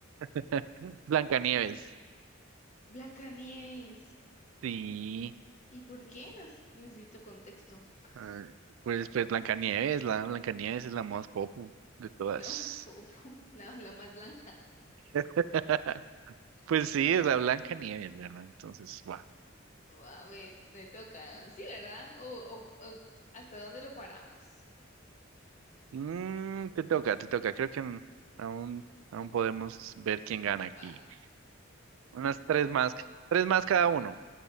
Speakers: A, on the right (about 80°); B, on the left (about 35°).
A: <laughs> Blancanieves.
B: Blancanieves.
A: Sí.
B: ¿Y por qué? Nos- necesito contexto. <laughs>
A: ah, Pues, pues Blancanieves, la Blancanieves es la más popu de todas.
B: La más popo, la, la más blanca.
A: <laughs> Pues sí, es la Blancanieves, ¿verdad? Entonces, va.
B: Oh, Va, me, me toca. Sí, ¿verdad? O, o- o ¿hasta dónde lo paramos?
A: Mm, te toca, te toca. Creo que mm, aún, aún podemos ver quién gana aquí.
B: Va,
A: Unas tres más, tres más cada uno,